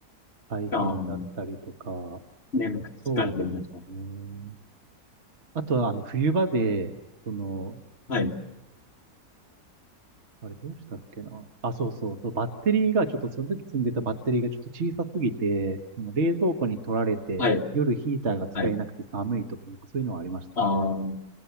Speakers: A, on the right; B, on the left.
A: 大変だったりとか、
B: あー、眠くて疲れてるなと。
A: そうですね。あとはあの冬場で、その、
B: はい、
A: あれどうしたっけな。あ、そうそうそう。バッテリーがちょっとその時積んでたバッテリーがちょっと小さすぎて、その冷蔵庫に取られて、
B: はい、
A: 夜ヒーターが使えなくて寒いとか、
B: はい。
A: なんかそういうのはありましたね。
B: あー、